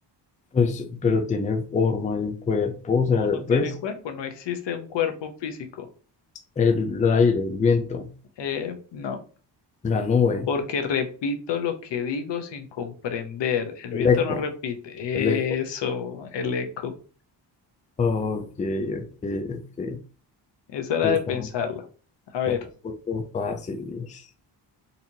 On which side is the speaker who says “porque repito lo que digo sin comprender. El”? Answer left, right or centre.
Left